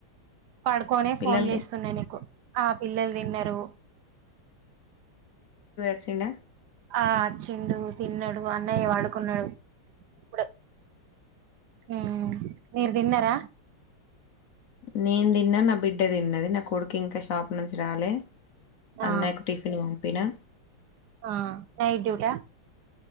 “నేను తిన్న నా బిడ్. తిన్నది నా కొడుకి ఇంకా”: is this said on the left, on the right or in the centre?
Left